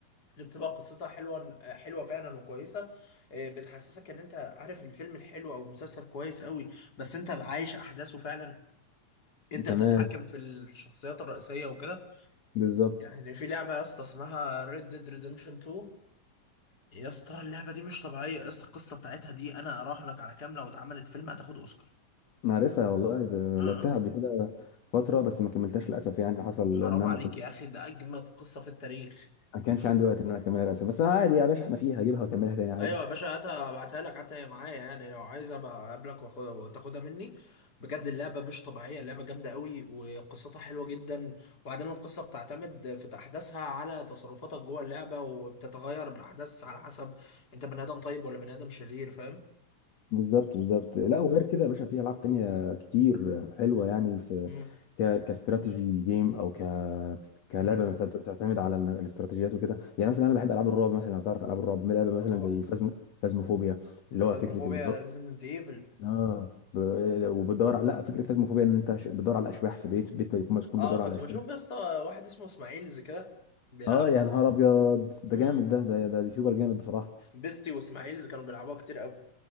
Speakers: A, on the left (about 30°); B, on the left (about 55°).
A: اللي بتبقى قصتها حلوه حلوه فعلا وكويسه آه، بتحسسك ان انت عارف الفيلم الحلو او المسلسل كويس قوي بس انت عايش احداثه فعلا انت
B: تمام
A: بتتحكم في الشخصيات الرئيسيه وكده
B: بالظبط
A: يعني في لعبه يا اسطى اسمها Red Dead Redemption 2 يا اسطى اللعبه دي مش طبيعيه يا اسطى القصه بتاعتها دي انا اراهنك على كام لو اتعملت فيلم هتاخد اوسكار
B: أنا عارفها والله ده-
A: اه آه.
B: لعبتها قبل كده فتره بس ما كملتهاش للاسف يعني حصل
A: حرام
B: ان انا
A: عليك
B: ما كنتش
A: يا اخي ده اجمد قصه في التاريخ
B: ما كانش عندي وقت ان انا اكملها للاسف بس عادي يا باشا احنا فيها هجيبها واكملها تاني عادي
A: ايوه يا باشا هاتها ابعتها لك حتى هي معايا يعني لو عايز ابقى اقابلك واخدها وتاخدها مني بجد اللعبه مش طبيعيه اللعبه جامده قوي وقصتها حلوه جدا وبعدين القصه بتعتمد في احداثها على تصرفاتك جوه اللعبه وبتتغير الاحداث على حسب انت بني ادم طيب ولا بني ادم شرير فاهم
B: بالظبط بالظبط لا وغير كده يا باشا في العاب تانية كتير حلوه يعني في
A: امم
B: ك... كاستراتيجي جيم او ك كلعبه
A: امم
B: بتعت- بتعتمد على ال- الاستراتيجيات وكده يعني مثلا انا بحب العاب الرعب مثلا لو تعرف العاب الرعب لعبه مثلا
A: آه طبعا
B: زي فازمو فازموفوبيا اللي هو
A: فازموفوبيا
B: فكره الب...
A: ريزيدنت ايفل
B: اه ب... وبتدور على لا فكره فازموفوبيا ان انت ش- بتدور على اشباح في بيت بيت بيكون مسكون
A: اه
B: بتدور
A: كنت
B: على اشباح
A: بشوف يا اسطى واحد اسمه اسماعيلز كده بيلعب
B: اه يا نهار ابيض ده
A: مم.
B: جامد ده ده ده يوتيوبر جامد بصراحه
A: بيستي واسماعيلز كانوا بيلعبوها كتير قوي